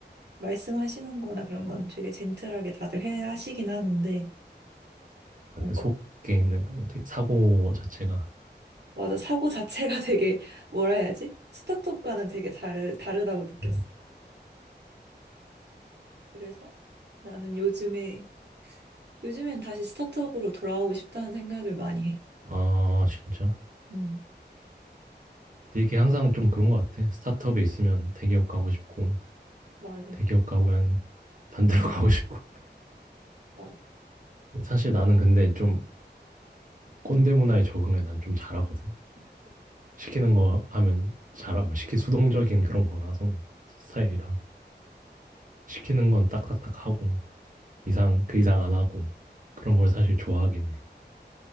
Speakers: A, on the right (about 70°); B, on the right (about 50°).
A: 말씀하시는 거나 그런 건 되게 젠틀하게 다들 해 하시긴 하는데
B: 같아.
A: 뭔가
B: 속에 있는 그 되게 사고 자체가.
A: 맞아 사고 자체가 <laughs> 되게 뭐라 해야지? 스타트업과는 되게 다르, 다르다고 느꼈어.
B: 음.
A: 그래서 나는 요즘에 요즘엔 다시 스타트업으로 돌아오고 싶다는 생각을 많이
B: 아, 진짜.
A: 해.
B: 근데 이게 항상 좀 그런 것 같아. 스타트업에 있으면 대기업 가고 싶고,
A: 맞아,
B: 대기업 가면 반대로 <laughs> 가고 싶고.
A: 맞아.
B: 사실 나는 근데 좀 꼰대 문화에 적응을 난 좀 잘하거든. 시키는 거 하면 잘하고, 시키 수동적인 그런 거라서 스타일이랑. 시키는 건 딱딱딱 하고, 이상, 그 이상 안 하고. 그런 걸 사실 좋아하긴 해.